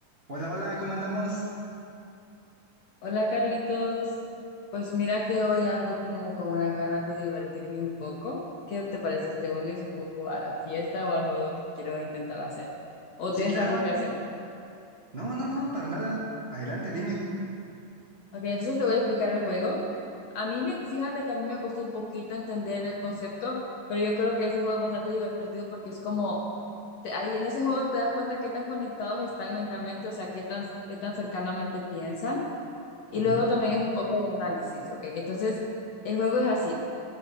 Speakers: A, on the right (about 65°); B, on the left (about 65°).
A: Hola, hola, ¿cómo andamos?
B: Hola Carlitos, pues mira que hoy ando como con una ganas de divertirme un poco. ¿Qué te parece? ¿Te unes un poco a la fiesta o al juego que quiero intentar hacer? ¿O
A: Sí,
B: tienes
A: claro.
B: algo que hacer?
A: No, no, no, para nada. Adelante, dime.
B: Ok, entonces te voy a explicar el juego. A mí me, fíjate que a mí me costó un poquito entender el concepto, pero yo creo que ese juego es bastante divertido porque es como, te- ahí en ese juego te das cuenta qué tan conectados están mentalmente, o sea, qué tan, qué tan cercanamente piensan. Y
A: Ujú,
B: luego también es un poco de análisis, ok. Entonces, el juego es así.